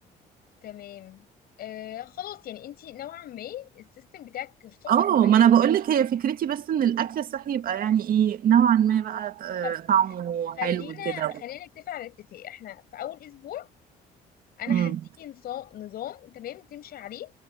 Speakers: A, on the left (about 65°); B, on the right (about 55°).
A: تمام آه خلاص يعني انت نوعا ما السيستم بتاعك الصبح
B: اه
A: كويس
B: ما انا بقول لك هي فكرتي بس ان الاكل الصحي يبقى يعني ايه نوعا ما بقى آه،
A: طب
B: طعمه
A: خلينا
B: حلو كده
A: خلينا نتفق على اتفاق احنا في اول اسبوع انا
B: امم
A: هديكي نصا- نظام تمام تمشي عليه